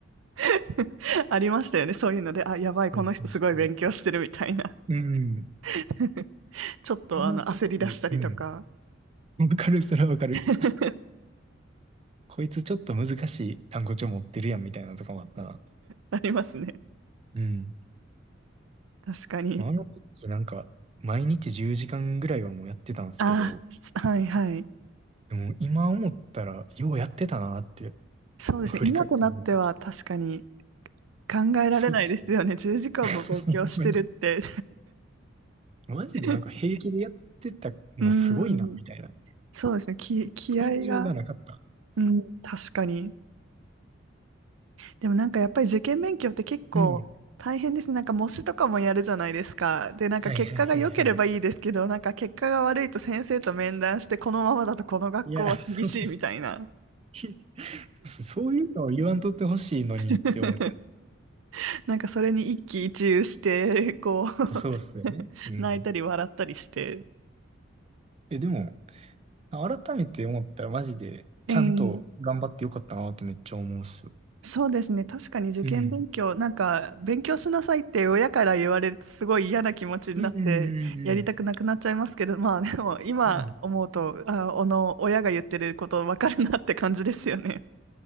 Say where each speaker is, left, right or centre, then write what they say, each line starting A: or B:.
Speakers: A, on the right (about 80°); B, on the right (about 30°).
A: <laughs> ありましたよね。そういうので、あ、やばい、
B: そうそうそう。
A: この人すごい勉強してるみたいな。
B: うん。
A: <laughs> ちょっとあの、
B: あの時、
A: 焦り出したりとか。
B: うん。わかる、それはわかる。
A: <laughs>
B: こいつちょっと難しい単語帳持ってるやんみたいなのとかもあったな。
A: ありますね。
B: うん。
A: 確かに。
B: あの時なんか、毎日10時間ぐらいはもうやってたんですけど、
A: ああ、<laughs> はいはい。
B: でも今思ったら、ようやってたなって、
A: そうですね。
B: 振り返ってもらった。
A: 今となっては確かに考えられないですよね。
B: そうっすね。<laughs>
A: 10時間も勉強してるって。
B: ほんまに。マジでなんか平気でやってたのすごいな、
A: <laughs> うん。
B: みたいな。
A: そうですね。気、気合が。
B: 感情がなかった。
A: うん。確かに。でもなんかやっぱり受験勉強って結構大変ですね。
B: うん。
A: なんか模試とかもやるじゃないですか。で、なんか結果が良ければいいですけど、
B: はいはいはいはい。
A: なんか結果が悪いと先生と面談して、このままだとこの学校は厳しいみたいな。
B: いや、そうそうそう。いそうそういうのを言わんとってほしいのにって思っ
A: <laughs> なんかそれに一喜一憂して、こう
B: た。そうっすよね。
A: <laughs>
B: うん。
A: 泣いたり笑ったりして。
B: え、でも、改めて思ったらマジで、ちゃんと頑張ってよかったなってめっちゃ思うっすよ。
A: ええそうですね。確かに受験勉強、
B: うん。
A: なんか勉強しなさいって親から言われるとすごい嫌な気持ちになってやりたくなくなっちゃいますけど、
B: うんうん
A: まあでも今思うと、
B: うんうん。
A: あ、あの親が言ってることわかるなって感じですよね。